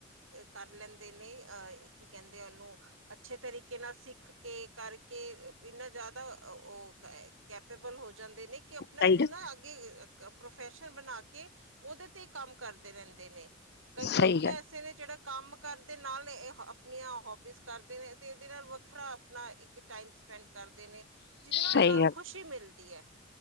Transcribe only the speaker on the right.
ਕਰ ਲੈਂਦੇ ਨੇ ਆਹ, ਕੀ ਕਹਿੰਦੇ ਉਹਨੂੰ ਅੱਛੇ ਤਰੀਕੇ ਨਾਲ ਸਿੱਖ ਕੇ, ਕਰਕੇ, ਇਨਾ ਜ਼ਿਆਦਾ ਉਹ ਕੇ ਕੈਪੇਬਲ ਹੋ ਜਾਂਦੇ ਨੇ ਕਿ ਆਪਣਾ
ਇਹਨੂੰ
ਨਾ ਅੱਗੇ ਪ੍ਰੋਫੈਸ਼ਨ ਬਨਾ ਕੇ ਉਹਦੇ ਤੇ ਕੰਮ ਕਰਦੇ ਰਹਿੰਦੇ ਨੇ, ਕਈ
ਲੋਕ ਤਾਂ
ਐਸੇ ਨੇ ਜਿਹੜਾ ਕੰਮ ਕਰਦੇ ਨਾਲ ਇਹ ਆਪਣੀਆਂ ਹੋਬੀਜ਼ ਕਰਦੇ ਨੇ ਅਤੇ ਇਹਦੇ ਨਾਲ ਵੱਖਰਾ ਆਪਣਾ ਇੱਕ ਟਾਈਮ, ਸਪੈਂਡ ਕਰਦੇ ਨੇ। ਜਿਹਦੇ ਨਾਲ
ਉਹਨਾਂ ਨੂੰ
ਖੁਸ਼ੀ ਮਿਲਦੀ ਹੈ